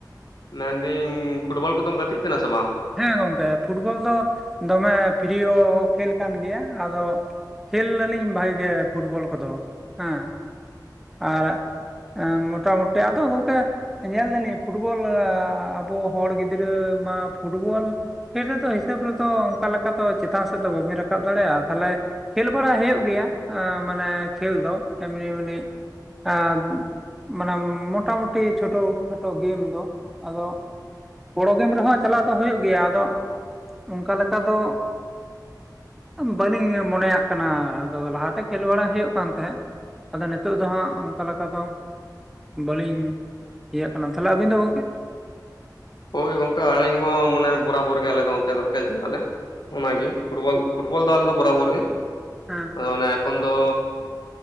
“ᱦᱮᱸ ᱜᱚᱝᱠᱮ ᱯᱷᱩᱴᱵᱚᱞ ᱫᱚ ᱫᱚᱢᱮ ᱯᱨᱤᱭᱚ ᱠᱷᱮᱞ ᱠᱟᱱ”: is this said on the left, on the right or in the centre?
Centre